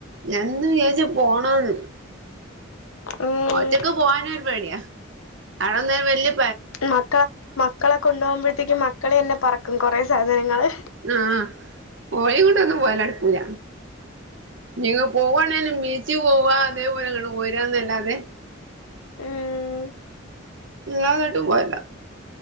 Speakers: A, on the right; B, on the left.
A: ഞാൻ ഇന്ന് വിചാരിച്ച് പോണംന്ന്
B: ഉം
A: ഒറ്റക്ക് പോവാനു ഒരു പേടിയാ അവ്ടെന്തേനു വെല്ല്യെ
B: മക്കളെ മക്കളെ കൊണ്ടുപോമ്പഴത്തേക്കും മക്കള് തന്നെ പറക്കും കുറെ സാധനങ്ങള്
A: ആഹ ഒരേ കൊണ്ടൊന്നും പോവല് നടക്കൂല ഞ്ഞി ഒക്ക പോവാണേലും ബീച്ചി പോവാ അതേപോലെ ങ്ങട് പോരന്നല്ലാതെ
B: ഏഹ്
A: ഞാൻ അന്നട്ട് വരം